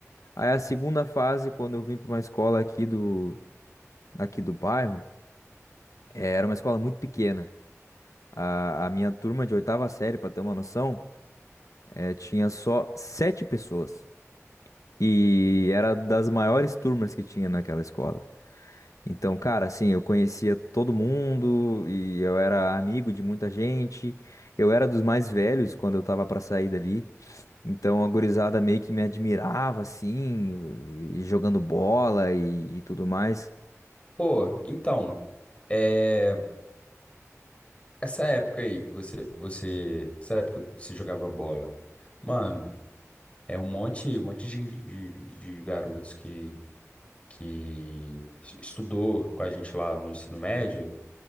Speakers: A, on the left; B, on the left.
A: Aí a segunda fase, quando eu vim para uma escola aqui do aqui do bairro, eh, era uma escola muito pequena. A, a minha turma de oitava série, para ter uma noção, eh, tinha só sete pessoas. E era das maiores turmas que tinha naquela escola. Então, cara, assim, eu conhecia todo mundo e eu era amigo de muita gente. Eu era dos mais velhos quando eu tava pra sair dali. Então, a gurizada meio que me admirava, assim, e jogando bola e, e tudo mais.
B: Pô, então, é, essa época aí que você, que você, essa época que você jogava bola, mano, é um monte, um monte de, de, de garotos que, que es- estudou com a gente lá no ensino médio.